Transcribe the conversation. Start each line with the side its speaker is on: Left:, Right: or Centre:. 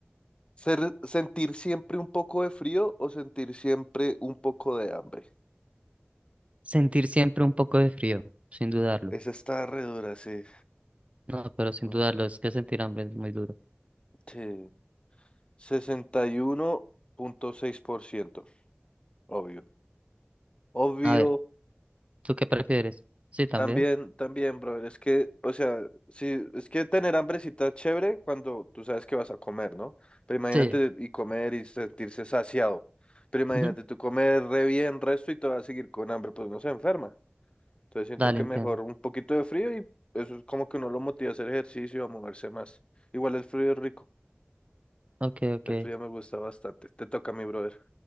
Left: Ser, sentir siempre un poco de frío o sentir siempre un poco de hambre.
Right: Sentir siempre un poco de frío, sin dudarlo.
Left: Esa está re dura, sí.
Right: No, pero sin
Left: Uf,
Right: dudarlo, es que sentir hambre es muy duro.
Left: Sí, sesenta y uno punto seis por ciento obvio. Obvio,
Right: A ver, ¿tú qué prefieres? Sí, también.
Left: También, también, brother, es que, o sea, sí, es que tener hambrecita es chévere cuando tú sabes que vas a comer, ¿no? Pero imagínate
Right: Sí.
Left: y comer y sentirse saciado. Pero imagínate
Right: ujú,
Left: tú comer re bien resto y te vas a seguir con hambre, pues no se enferma. Entonces siento
Right: Dale,
Left: que
Right: entiendo.
Left: mejor un poquito de frío y eso es como que uno lo motiva a hacer ejercicio, a moverse más. Igual el frío es rico,
Right: Ok, ok.
Left: el frío me gusta bastante. Te toca a mi brother.